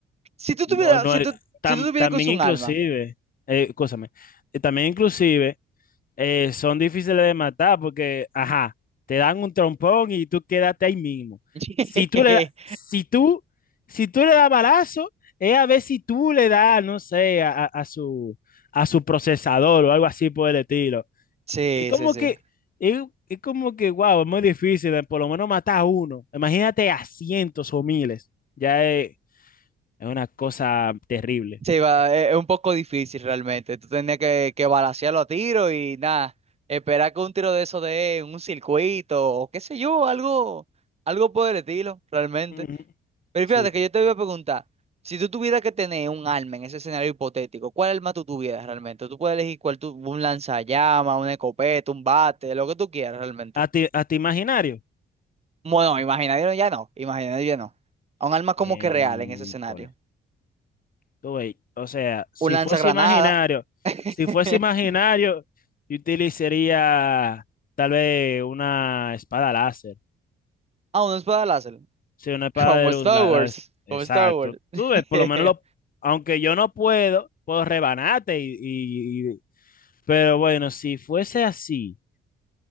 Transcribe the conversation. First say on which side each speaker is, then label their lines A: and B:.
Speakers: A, on the right; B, on the left.
A: Si tú
B: No,
A: tuvieras,
B: no,
A: si tú,
B: tam-
A: si tú tuvieras
B: también
A: que usar
B: inclusive,
A: un alma.
B: eh, escúchame, eh, también inclusive eh, son difíciles de matar porque, ajá, te dan un trompón y tú quédate ahí mismo.
A: <laughs>
B: Si tú le, da- si tú, si tú le das balazo, es a ver si tú le das, no sé, a, a- a su, a su procesador o algo así por el estilo.
A: Sí,
B: Es como
A: sí, sí.
B: que, es, es como que, wow, es muy difícil, eh, por lo menos matar a uno. Imagínate a cientos o miles. Ya es, es una cosa terrible.
A: Sí, va, es, es un poco difícil realmente. Tú tenías que, que balancearlo a tiro y nada, esperar que un tiro de eso dé en un circuito o qué sé yo, algo, algo por el estilo, realmente.
B: Ujú,
A: Pero
B: Sí.
A: fíjate que yo te voy a preguntar, si tú tuvieras que tener un arma en ese escenario hipotético, ¿cuál arma tú tuvieras realmente? Tú puedes elegir cuál tú, un lanzallamas, una escopeta, un bate, lo que tú quieras realmente.
B: ¿A ti, a ti imaginario?
A: Bueno, imaginario ya no, imaginario ya no. Un arma como
B: Miércoles.
A: que real en ese escenario.
B: Tú ves, O sea, si
A: Un lanzagranada.
B: fuese imaginario,
A: <laughs>
B: si fuese imaginario, yo utilizaría tal vez una espada láser.
A: Ah, una espada láser.
B: Sí, una espada
A: Como
B: de
A: Star
B: luz. la-
A: Wars.
B: la- exacto.
A: Como Star Wars.
B: Tú
A: <laughs>
B: ves, por lo menos, lo, aunque yo no puedo, puedo rebanarte. Y, y- y- pero bueno, si fuese así,